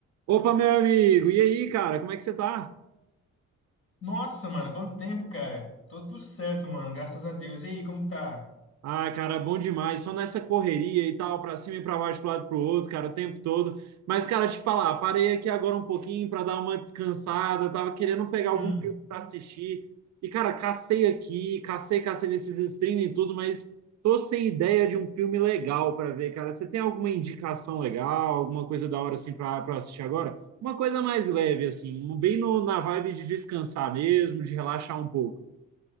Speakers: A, on the right (about 65°); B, on the left (about 45°).
A: Opa, meu amigo, e aí, cara, como é que você tá?
B: Nossa, mano, quanto tempo, cara? Tô tudo certo, mano, graças a Deus. E aí, como tá?
A: Ah, cara, bom demais, só nessa correria e tal, pra cima e pra baixo, pro lado e pro outro, cara, o tempo todo. Mas, cara, te falar, parei aqui agora um pouquinho pra dar uma descansada, tava querendo pegar algum
B: Hum.
A: filme pra assistir. E, cara, cacei aqui, cacei, cacei nesses streaming e tudo, mas tô sem ideia de um filme legal pra ver, cara. Você tem alguma indicação legal, alguma coisa da hora assim pra, pra assistir agora? Uma coisa mais leve, assim, um bem no, na vibe de descansar mesmo, de relaxar um pouco.